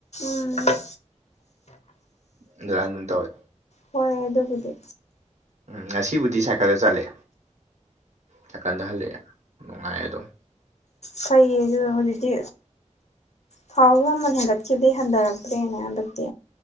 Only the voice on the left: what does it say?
ꯎꯝ
ꯍꯣꯏ ꯑꯗꯨꯕꯨꯗꯤ
ꯐꯩꯌꯦ ꯑꯗꯨ ꯍꯧꯖꯤꯛꯇꯤ ꯊꯥꯎꯁꯨ ꯃꯃꯜ ꯍꯦꯟꯒꯠꯈꯤꯕꯗꯒꯤ ꯍꯟꯊꯔꯛꯇ꯭ꯔꯦꯅꯦ ꯍꯟꯗꯛꯇꯤ